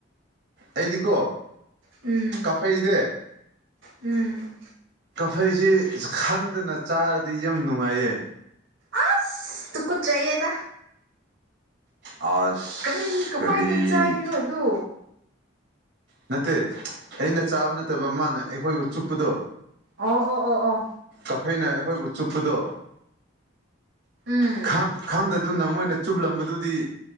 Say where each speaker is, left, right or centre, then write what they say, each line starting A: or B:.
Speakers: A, on the right; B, on the right.
A: ꯑꯩꯗꯤꯀꯣ
B: ꯎꯝ
A: ꯀꯥꯐꯩꯁꯦ
B: ꯎꯝ
A: ꯐꯩꯁꯤ ꯈꯪꯗꯅ ꯆꯥꯔꯗꯤ ꯌꯥꯝ ꯅꯨꯡꯉꯥꯏꯌꯦ
B: ꯑꯥꯁ ꯇꯨꯀꯨꯠꯆꯩꯌꯦꯗꯥ
A: ꯑꯁ
B: ꯀꯔꯤ ꯀꯃꯥꯏꯅꯅ
A: ꯀꯔꯤ
B: ꯆꯥꯒꯦꯔꯣ ꯑꯗꯨ
A: ꯅꯠꯇꯦ ꯑꯩꯅ ꯆꯥꯕ ꯅꯠꯇꯕ ꯃꯥꯅ ꯑꯩꯈꯣꯏꯕꯨ ꯆꯨꯞꯄꯗꯣ
B: ꯑ ꯑꯣ ꯑꯣ ꯑꯣ
A: ꯀꯥꯐꯩꯅ ꯑꯩꯈꯣꯏꯕꯨ ꯆꯨꯞꯄꯗꯣ
B: ꯎꯝ
A: ꯈꯥꯡ ꯈꯥꯡꯗꯗꯨꯅ ꯃꯣꯏꯅ ꯆꯨꯞꯂꯝꯕꯗꯨꯗꯤ